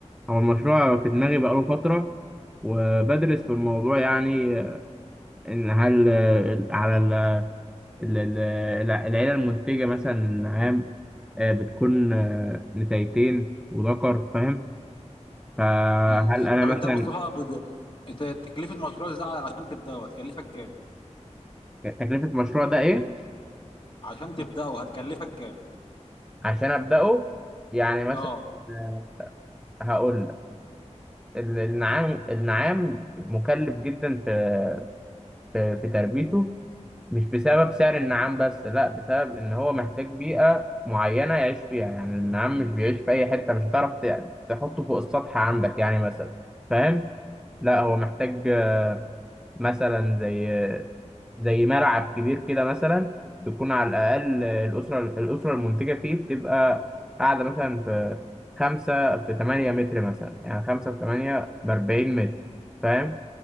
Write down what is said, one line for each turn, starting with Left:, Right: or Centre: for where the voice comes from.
Centre: هو المشروع في دماغي
Left: مم.
Centre: بقاله فترة وبدرس في الموضوع يعني إن هل آه، على ال- ال- ال- الع- العيلة المنتجة مثلا النعام آه، بتكون آه، نتايتين وذكر فاهم فهل
Left: مم.
Centre: أنا
Left: طب
Centre: مثلا
Left: أنت يا مصطفى بد... أنت تكلفة مشروع زي ده علشان تبدأه هتكلفك كام؟
Centre: تكلفة المشروع ده إيه
Left: عشان تبدأه هتكلفك كام؟
Centre: عشان أبدأه يعني مثلا
Left: أه
Centre: آه، هقول لك، ال- النعام النعام مكلف جدا في في في تربيته مش بسبب سعر النعام بس لا بسبب ان هو محتاج بيئة معينة يعيش فيها يعني النعام مش بيعيش في اي حتة مش هتعرف ت- تحطه فوق السطح عندك يعني مثلا فاهم لا هو محتاج مثلا زي زي ملعب كبير كده مثلا تكون على الأقل الأسرة الأسرة المنتجة فيه بتبقى قاعدة مثلا في خمسة في تمانية متر مثلا يعني خمسة في تمانية بأربعين متر فاهم